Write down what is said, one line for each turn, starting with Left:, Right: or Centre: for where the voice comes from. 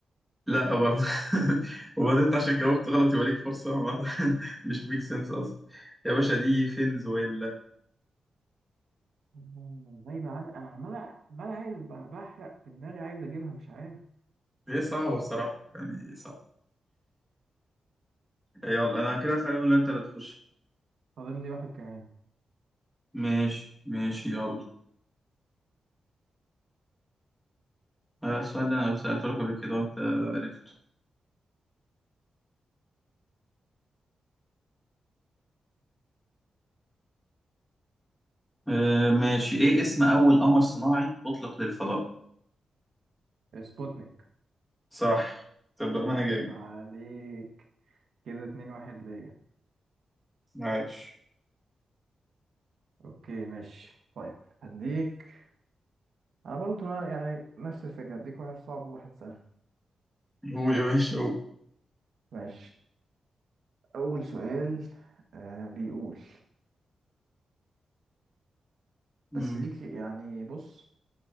Centre: لا برضه <laughs> وبعدين
Right: آه،
Centre: انت
Right: برضه
Centre: عشان جاوبت غلط يبقى ليك فرصة ما- <laughs> مش ميك سنس اصلا يا باشا دي فنزويلا
Right: آه، غايبه عن انا عمال عمال عايز بح- بحرق في دماغي عايز اجيبها مش عارف
Centre: هي صعبة بصراحة يعني صعبة يلا انا كده اسأل ولا انت اللي تخش
Right: فاضل لي واحد كمان
Centre: ماشي ماشي يلا آه، السؤال ده انا سألته لك قبل كده وانت عرفته آه، ماشي ايه اسم اول قمر صناعي اطلق للفضاء
Right: سبوتنيك
Centre: صح طب ما انا جايب
Right: عيب عليك كده اتنين واحد ليا
Centre: عاش
Right: اوكي ماشي طيب هديك انا برضه نا- يعني نفس الفكره هديك واحد صعب وواحد سهل
Centre: قول يا باشا قول
Right: ماشي اول سؤال آه بيقول
Centre: مم.
Right: بس ليك يعني بص